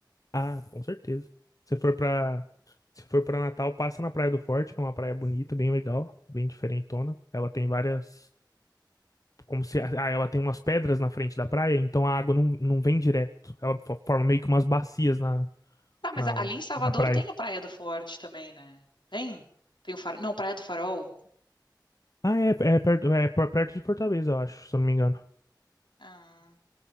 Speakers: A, on the left; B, on the left.
A: Ah, com certeza. Se for pra, se for pra Natal, passa na Praia do Forte, que é uma praia bonita, bem legal, bem diferentona. Ela tem várias. Como se. Ah, ela tem umas pedras na frente da praia, então a água não, não vem direto. Ela fo- forma meio que umas bacias na,
B: Tá, mas
A: na,
B: ali em Salvador
A: na praia.
B: tem a Praia do Forte também, né? Tem? Tem o Farol? Não, Praia do Farol.
A: Ah, é, é perto, é per- perto de Fortaleza, eu acho, se eu não me engano.
B: Ah,